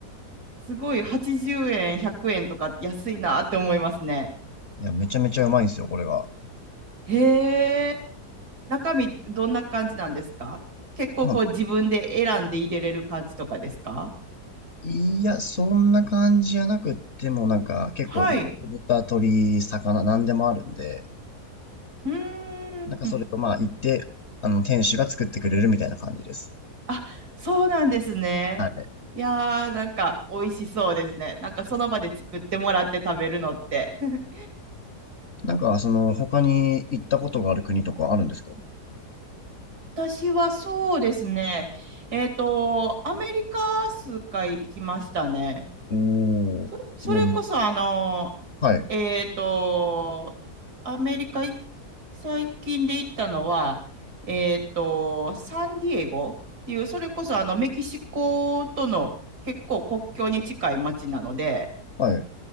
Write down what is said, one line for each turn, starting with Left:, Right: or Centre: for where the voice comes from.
Right: すごい80円、100円とか安いなって思いますね。
Left: いや、めちゃめちゃうまいんですよ、これが。
Right: へえ。中身どんな感じなんですか結構こう自分で選んで入れれる感じとかですか
Left: まあいや、そんな感じじゃなくっても、なんか、結構、
Right: はい。
Left: 豚、鳥、魚、なんでもあるんで、
Right: うーん。
Left: なんかそれをまあ、行って、あの、店主が作ってくれるみたいな感じです。
Right: あ、そうなんですね。
Left: はい。
Right: いやー、なんか美味しそうですね。なんかその場で作ってもらって食べるのって。<laughs>
Left: なんか、その、他に行ったことがある国とかあるんですか
Right: 私はそうですね。えっと、アメリカ数回行きましたね。
Left: おー、
Right: そ、それこそあの、
Left: ちなみに。はい、
Right: えっと、アメリカい最近で行ったのは、えっと、サンディエゴっていう、それこそあのメキシコとの結構国境に近い町なので、
Left: はい。